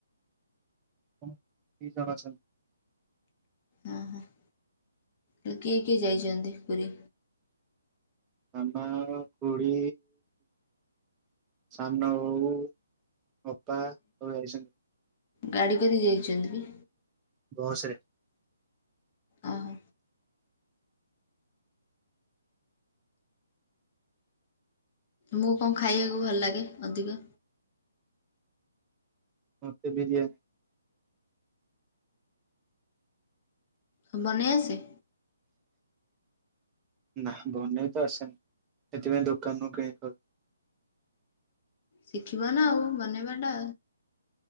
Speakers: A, on the right; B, on the left.
A: କଣ ଦି ଜଣ ଅଛନ୍ତି।
B: ହଁ ହଁ ତା ହେଲେ କିଏ କିଏ ଯାଇଛନ୍ତି ପୁରୀ।
A: ମାମା, ଖୁଡି। ସାନ ବୋଉ, ଅପା ସବୁ ଯାଇଛନ୍ତି।
B: ଗାଡ଼ି କରି ଯାଇଛନ୍ତି କି?
A: ବସରେ।
B: ଓହୋ ମୁଁ କଣ ଖାଇବାକୁ ଭଲ ଲାଗେ ଅଧିକ?
A: ମତେ ବିରିୟାନୀ।
B: ହଁ ବନେଇ ଆସେ।
A: ନା ବନେଇ ତ ଆସେନି ସେଥିପାଇଁ ଦୋକାନରୁ କିଣିିକ ଖାଉଚି।
B: ଶିଖିବ ନା ଆଉ ବନେଇ ବାଟା।